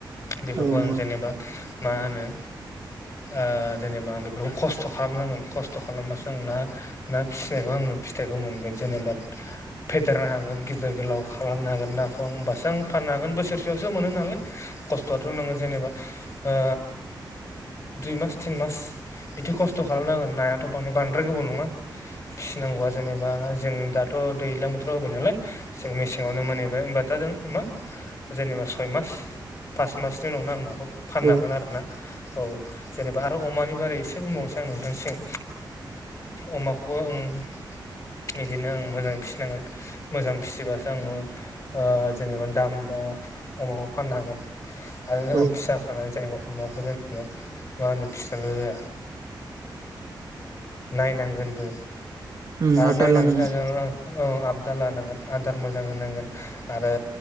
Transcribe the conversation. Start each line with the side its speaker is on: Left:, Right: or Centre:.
Left: बेफोरखौ
Right: औ नंगौ उम औ उम औ उम
Left: आं
Right: औ
Left: जेनेबा मा होनो ओ जेनेबा आं बेफोरखौ खसथ खालामनांगोन खस थ खालामबासो आं न ना फिसिनायखौ आं फिथखौ मोनगोन जेनेबा फे देरनो हागोन गिदेर गोलाव खालामनो हागोन नाखौ आं हबासो आं फाननो हागोन बोसोरसेयावसो मोनो नालाय खस्थआथ नोङो जेनेबा ओ दुइ मास तिन मास बिदि खस्थ‌ खालामनांगोन नायाथ बांदाय बांद्राय गोबाव नङा फिसिनांगौवा जेनेबा जों दाथ दैज्लां बोथोराव होबाय नालाय जों मेसेङावनो मोनहबाय होनोमबा दा जों मा जेनेबा सय मास पास मासनि उनावनो आं नाखौ फाननो
Right: ओ
Left: हागोन आरो ना औ जेनेबा आरो अमानि बारै एसे बुंबावनोसै आं नोंथांसिम अमाखौबो आं बिदिनो आं मोजाङै फिसिनांगोन मोजां फिसिबासो आङो ओ जेनेबा दाम बा अमाखौ फाननो हागोन आरो
Right: औ
Left: आं फिसा जेनेबा अमाखौ जेनेबा मा होनो फिसिबाल जाया नायनांगोनबो
Right: उम
Left: आरो
Right: आबदाल
Left: नायनानैल
Right: लानांगोन
Left: जाया जों ओ आबदाल लानांगोन आदार मोजां होनांगोन आरो